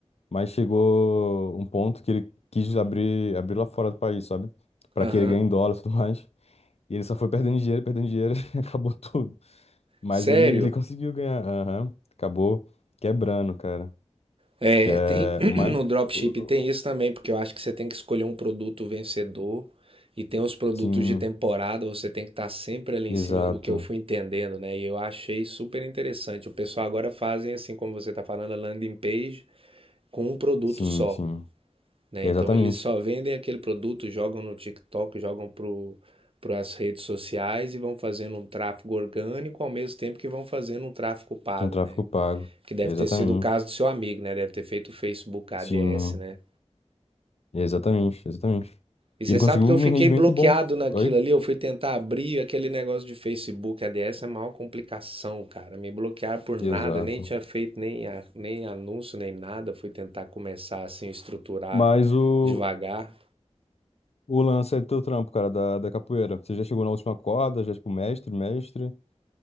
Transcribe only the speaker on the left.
mas chegou um ponto que ele quis abrir, abrir lá fora do país, sabe? Pra
que ele ganhe em dólar e tudo mais. E ele só foi perdendo dinheiro, perdendo dinheiro <laughs> e acabou tudo. Mas
ele, ele conseguiu ganhar. Aham. Acabou quebrando, cara.
Que é
o mais.
o- o-
o-
Sim,
exato.
Sim,
sim.
Exatamente.
Tem um tráfico
pago.
Exatamente.
Sim.
Exatamente, exatamente.
E ele
conseguiu
um
rendimento
bom.
Oi?
Exato.
Mas o,
o lance é do teu trampo, cara, da, da capoeira. Você já chegou na última corda, já, tipo, mestre, mestre.